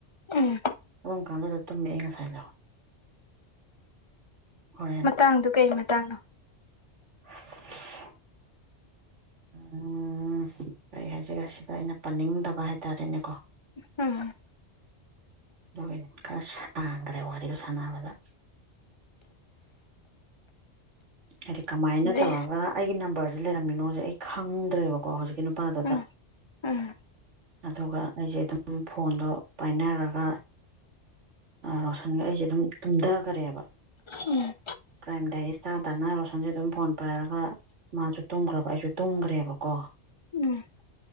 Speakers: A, on the left; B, on the right.
A: ꯎꯝ
B: ꯑꯗꯨꯝ ꯀꯥꯟꯗ ꯇꯨꯝꯃꯦ ꯑꯩ ꯉꯁꯥꯏꯗꯣ ꯍꯣꯏ
A: ꯃꯇꯥꯡꯗꯨ ꯀꯩ ꯃꯇꯥꯡꯅꯣ
B: <inaudible> ꯎꯝ ꯀꯔꯤ ꯍꯥꯏꯁꯤꯔꯥ ꯁꯤꯗ ꯑꯩꯅ ꯄꯟꯅꯤꯡꯗꯕ ꯍꯥꯏꯇꯥꯔꯦꯅꯦꯀꯣ
A: ꯎꯝ
B: ꯑꯗꯨ ꯈꯔ ꯁꯥꯡꯒ꯭ꯔꯦ ꯋꯥꯔꯤꯗꯣ ꯁꯥꯟꯅꯕꯗ ꯍꯥꯏꯗꯤ ꯀꯃꯥꯏꯅ
A: ꯖꯦ
B: ꯇꯧꯔꯒ ꯑꯩꯒꯤ ꯅꯝꯕꯔꯖꯦ ꯂꯩꯔꯝꯃꯤꯅꯣꯖꯦ ꯑꯩ ꯈꯪꯗ꯭ꯔꯦꯕꯀꯣ ꯍꯧꯖꯤꯛ ꯀꯤ ꯅꯨꯄꯥꯥꯗꯨꯗ
A: ꯎꯝ ꯎꯝ
B: ꯑꯗꯨꯒ ꯑꯩꯖꯦ ꯑꯗꯨꯝ ꯐꯣꯟꯗꯣ ꯄꯥꯏꯅꯔꯒ ꯔꯣꯁꯟꯒ ꯑꯩꯁꯦ ꯑꯗꯨꯝ ꯇꯨꯝꯗꯒꯔꯦꯕ
A: ꯎꯝ
B: ꯀ꯭ꯔꯥꯏꯝ ꯗꯥꯏꯔꯤꯁ ꯇꯥ ꯇꯥꯅ ꯔꯣꯁꯟꯁꯦ ꯑꯗꯨꯝ ꯐꯣꯟ ꯄꯥꯏꯔꯒ ꯃꯥꯁꯨ ꯇꯨꯝꯒ꯭ꯔꯕ ꯑꯩꯁꯨ ꯇꯨꯝꯒ꯭ꯔꯦꯕꯀꯣ
A: ꯎꯝ